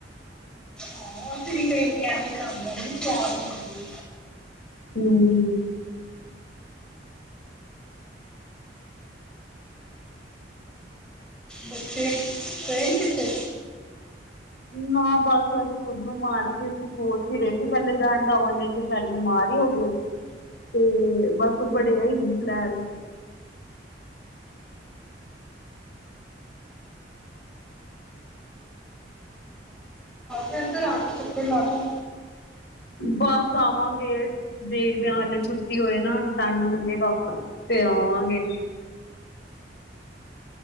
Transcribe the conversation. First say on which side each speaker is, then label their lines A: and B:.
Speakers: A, in the centre; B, on the left.
A: ਹਾ, ਅਸੀਂ ਵੀ ਕਈ ਵਾਰੀ ਐਵੇਂ ਹੀ ਬਣਾਉਂਨੇ ਆ, ਬੜੀ ਸਵਾਦ ਬਣਦੀ ਐ।
B: ਹੂੰ
A: ਬੱਚੇ ਗਏ ਨੇ ਕਿਥੇ?
B: ਨਾ ਬਸ ਅਸੀਂ ਖੁਦ ਬਿਮਾਰ ਸੀ। ਅਸੀਂ ਸੋਚ ਹੀ ਰਹੇ ਸੀ ਪਹਿਲੇ ਜਾਣਦਾ, ਉਹਨੇ ਚ ਫੈਰ ਬਿਮਾਰ ਹੀ ਹੋ ਗਏ, ਤੇ ਬਸ ਬਣੇ ਆ ਹੀ ਨੀ ਪਲੈਨ।
A: ਫੇਰ ਇਧਰ ਆਜੋ, ਚੱਕਰ ਲਾਜੋ‌।
B: ਬਸ ਆਵਾਂਗੇ ਦੇਖਦਿਆਂ, ਹਲੇ ਛੁੱਟੀ ਹੋਏ ਨਾ ਟਾਈਮ ਮਿਲੇਗਾ ਤੇ ਆਵਾਂਗੇ।